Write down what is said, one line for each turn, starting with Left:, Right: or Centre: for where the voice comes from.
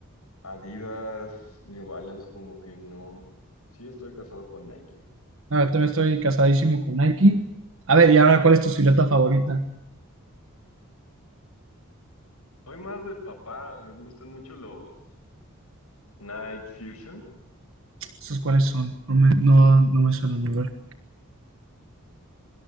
Left: Adidas, New Balance, como que no. Sí estoy casado con Nike, güey.
Right: a ver, también estoy casadísimo con Nike. A ver, y ahora, ¿cuál es tu silueta favorita?
Left: Soy más de papá, me gustan mucho los Nike Fusion.
Right: ¿Esos cuáles son? No me, no, no me suenan, a ver.